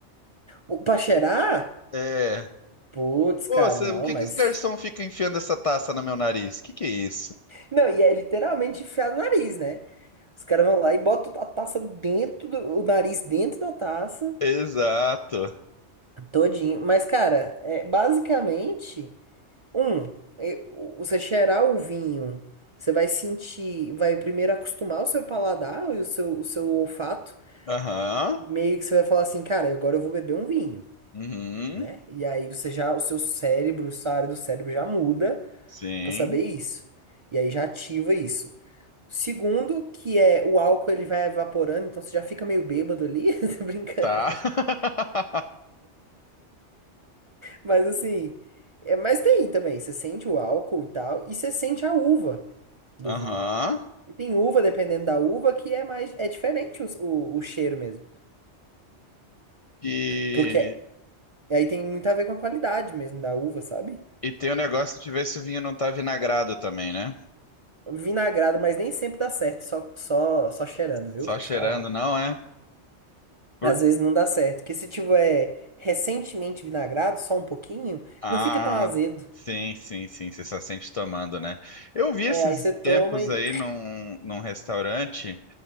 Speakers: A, on the right (about 50°); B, on the left (about 55°).
A: O, pra cheirar?
B: É...
A: Putz,
B: Pô,
A: cara,
B: você-
A: não,
B: o que
A: mas.
B: que os garçom ficam enfiando essa taça no meu nariz? Que que é isso?
A: Não, e é literalmente enfiar no nariz, né? Os caras vão lá e botam a taça dentro do, o nariz dentro da taça,
B: Exato.
A: todinho. Mas, cara, é, basicamente. Um, e- você cheirar o vinho, você vai sentir, vai primeiro acostumar o seu paladar e o seu, o seu olfato.
B: Aham.
A: Meio que você vai falar assim, cara, agora eu vou beber um vinho,
B: Uhum.
A: né? E aí você já, o seu cérebro, essa área do cérebro já muda
B: Sim.
A: pra saber isso. E aí já ativa isso. Segundo, que é o álcool ele vai evaporando, então você já fica meio bêbado ali, <laughs> tô brincando.
B: Tá. <laughs>
A: Mas assim, é, mas tem também, você sente o álcool e tal, e você sente a uva do
B: Aham.
A: vinho. E tem uva, dependendo da uva, que é mais. É diferente o, o, o cheiro mesmo.
B: E,
A: Porque aí tem muito a ver com a qualidade mesmo da uva, sabe?
B: e tem o negócio de ver se o vinho não tá vinagrado também, né?
A: Vinagrado, mas nem sempre dá certo, só, só, só cheirando, viu?
B: Só
A: Vou
B: cheirando,
A: te falar.
B: não é? Por...
A: Às vezes não dá certo. Que se tiver recentemente vinagrado, só um pouquinho,
B: Ah,
A: não fica tão azedo.
B: sim, sim, sim. Você só sente tomando, né? Eu vi esses
A: É, aí você toma
B: tempos
A: e.
B: aí num, num restaurante,